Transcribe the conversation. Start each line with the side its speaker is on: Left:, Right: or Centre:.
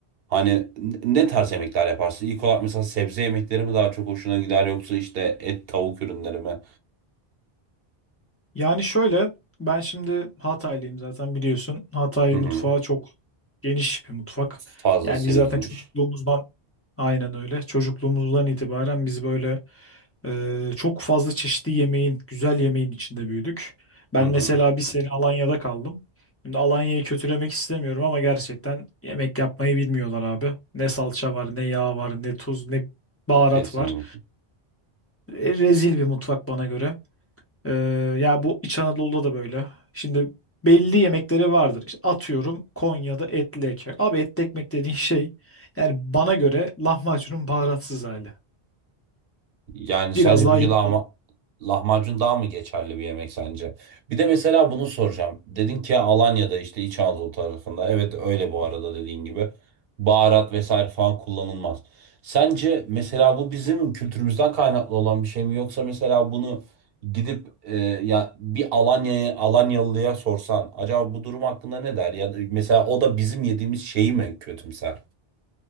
Right: Hani n- ne tarz yemekler yaparsın? İlk olarak mesela sebze yemekleri mi daha çok hoşuna gider yoksa işte et tavuk ürünleri mi?
Left: Yani şöyle ben şimdi Hataylıyım zaten biliyorsun. Hatay
Right: Hı
Left: mutfağı
Right: hı.
Left: çok geniş bir mutfak.
Right: Fazlasıyla
Left: Yani biz zaten
Right: geniş.
Left: çocukluğumuzdan aynen öyle. Çocukluğumuzdan itibaren biz böyle e, çok fazla çeşitli yemeğin, güzel yemeğin içinde büyüdük. Ben
Right: Hı hı.
Left: mesela bir sene Alanya'da kaldım. Şimdi Alanya'yı kötülemek istemiyorum ama gerçekten yemek yapmayı bilmiyorlar abi. Ne salça var, ne yağ var, ne tuz, ne baharat
Right: Kesinlikle.
Left: var. E, rezil bir mutfak bana göre. Ee, yani bu İç Anadolu'da da böyle. Şimdi belli yemekleri vardır. İşte atıyorum Konya'da etli ekmek. Abi etli ekmek dediğin şey yani bana göre lahmacunun baharatsız hali.
Right: Yani sence
Left: Biraz daha
Right: peki
Left: yağlı.
Right: lahma, lahmacun daha mı geçerli bir yemek sence? Bir de mesela bunu soracağım. Dedin ki Alanya'da işte İç Anadolu tarafında. Evet öyle bu arada dediğin gibi. Baharat vesaire falan kullanılmaz. Sence mesela bu bizim kültürümüzden kaynaklı olan bir şey mi yoksa mesela bunu gidip e, ya bir Alanya'ya Alanyalıya sorsan acaba bu durum hakkında ne der? Ya da mesela o da bizim yediğimiz şeyi mi kötümser?